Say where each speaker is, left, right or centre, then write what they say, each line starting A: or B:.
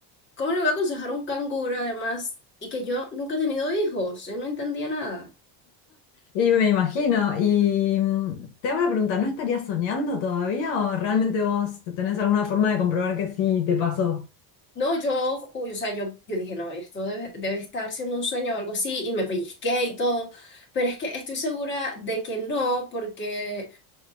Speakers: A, on the left (about 25°); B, on the left (about 80°).
A: ¿cómo le voy a aconsejar a un canguro además y que yo nunca he tenido hijos? Yo no entendía nada.
B: Y me imagino, y mm, te hago una pregunta, ¿no estarías soñando todavía o realmente vos tenés alguna forma de comprobar que sí te pasó?
A: No, yo, uy, o sea, yo, yo dije, no, esto debe, debe estar siendo un sueño o algo así, y me pellizqué y todo, pero es que estoy segura de que no, porque